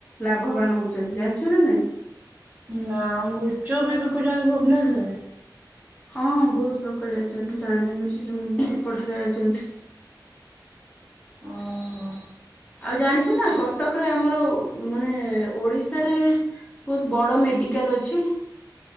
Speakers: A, on the left; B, on the right.
A: ଲାଭବାନ ହୋଉଛନ୍ତି ଜଣିଛୁ ନା ନାଇଁ?
B: ନାଁ ଗୁପ୍ ଚୁପ୍ ବି ବିକୁଛନ୍ତି ଭୁବନେଶ୍ୱରରେ?
A: ହଁ ବହୁତ ଲୋକ ଯାଇଛନ୍ତି ତୁ ଜାଣିନୁ ସେ ଯୋଉ ଏପଟରେ ଯାଇଛନ୍ତି। <inaudible>
B: ଓହୋ।
A: ଆଉ ଜାଣିଛୁ ନା କଟକରେ ଆମର ମାନେ ଓଡିଶାରେ ବହୁତ ବଡ଼ ମେଡିକାଲ୍ ଅଛି।